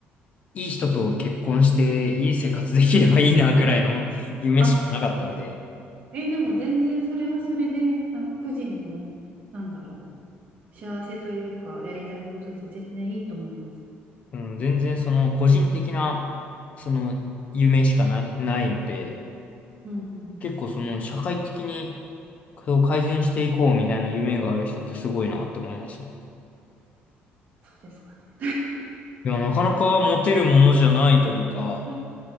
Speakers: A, on the left; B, on the right.
A: いい人と結婚していい生活できればいいなぐらいの <laughs> 夢しかなかったんで、
B: あ、えーでも全然それはそれで、あの、個人の、なんだろう、幸せというか、やりたいことで全然いいと思います。
A: うん、全然その個人的な、その夢しかな、ないので、
B: うんうんうん、
A: 結構その社会的にこれを改善していこうみたいな夢がある人ってすごいなって思いますね。
B: そうですかね。
A: いや、なかなか持てるものじゃないというか、
B: うん